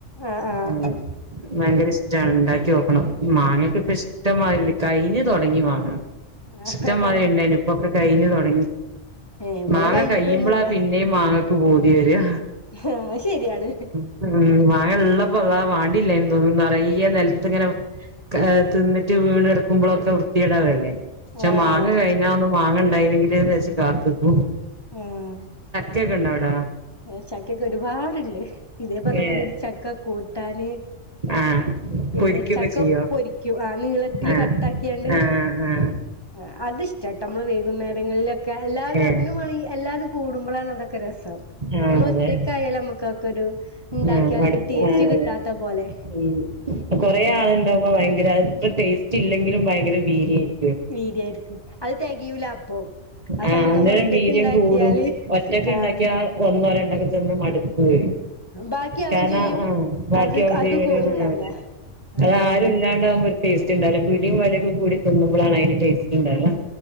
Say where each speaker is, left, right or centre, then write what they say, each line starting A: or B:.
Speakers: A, on the left; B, on the right.
A: ആഹ് ആഹ്
B: ഉം.
A: അതെ
B: ഭയങ്കര ഇഷ്ട്ടാണ്. ഉണ്ടാക്കി നോക്കണം മാങ്‌യൊക്കെ
A: ഉം
B: ഇപ്പോ ഇഷ്ട ഇഷ്ടംമാതിരിണ്ട്, കയ്ഞ്ഞ തൊടങ്ങി മാങ്ങ,
A: ആഹ്
B: ഇഷ്ടംമാതിരി ണ്ടേയിനി പ്പൊക്കെ കയ്ഞ്ഞ് തൊട ടങ്ങി.
A: ഏഹ് ഇവിടെ
B: മാങ്ങ
A: കഴിഞ്ഞിട്ടൊന്നുല്ല
B: കഴിയുമ്പളാ പിന്നെയും മാങ്ങക്ക് പൂതി വരാ
A: ഏഹ് അഹ് ശരിയാണ്
B: ഉം മാങ്ങള്ളപ്പോ അള്ളാ മാണ്ടില്ലേനി തോന്നും. നറയ നെൽത്തിങ്ങനെ ഏഹ് തിന്നിട്ട് വീണ്കെടുക്കുമ്പളൊക്കെ വൃത്തികേടാവല്ലേ. പക്ഷെ
A: ആഹ്
B: മാങ്ങ
A: ആഹ്
B: കഴിഞ്ഞാൽ ഒന്ന് മാങ്ങ ഉണ്ടായിന്ന് ലേ വേച്ച് കാത്തുക്കും
A: ആഹ്
B: കേക്ക്ണ്ടോ അവിടെ
A: ആ ചക്കൊക്കെ ഒരുപാട്ണ്ട് ഇതേ പറഞ്ഞ
B: ഏഹ്
A: പോലരു ചക്ക കൂട്ടാന്
B: ആഹ്
A: പിന്നെ
B: പൊരിക്കൊക്കെ
A: ചക്ക
B: ചെയ്യോ
A: പൊരിക്കും ആ നീളത്തില്
B: ആഹ്
A: കട്ടാക്കിയാണ്ട്
B: ആഹ് ആഹ്
A: ആ അത്ഷ്ടട്ടോ നമ്മള് വൈകുന്നേരങ്ങളിലൊക്കെ എല്ലാരും
B: ഏഹ്
A: അതിനോവണെങ്കി എല്ലാരും കൂടുമ്പളാണ് അതൊക്കെ രസം
B: ആഹ്
A: നമ്മളൊറ്റക്കായാൽ
B: അതെ
A: അമ്മക്കക്കൊരു ഇണ്ടാക്കിയാലൊരു
B: ആഹ് മടുപ്പ്
A: ടേസ്റ്റ്
B: ആഹ്
A: കിട്ടാത്ത പോലെ
B: ഉം കൊറേ ആളുണ്ടാവുമ്പോ ഭയങ്കര അത്ര ടേസ്റ്റ് ഇല്ലെങ്കിലും ഭയങ്കര വീര്യേ നി
A: വീര്യരിക്കും അത് തെകയൂല അപ്പൊ ആ
B: ആഹ്
A: സമയത്ത്
B: അന്നേരം
A: നമ്മളൊറ്റക്ക്
B: വീര്യം
A: ഉണ്ടാക്കിയാല്
B: കൂടും ഒറ്റക്ക്
A: ആഹ്
B: ഇണ്ടാക്കിയാ ഒന്നോ രണ്ടക്കത്ത് തിന്നും മടുക്കോയ്.
A: ബാക്കിയാവും
B: കാരണം
A: ചെയ്യും
B: ആ ബാക്ക്യാവ്
A: അത് ആർക്കും
B: പിന്നെന്ത്
A: കോളും ഉണ്ടാവൂല ആഹ്
B: അതായ് രുല്ലാണ്ടാവുമ്പൊരു ടേസ്റ്റ് ണ്ടാവൂല. പിടിം വലിം കൂടി തിന്നുമ്പളാണയ്ന് ടേസ്റ്റ് ണ്ടാവ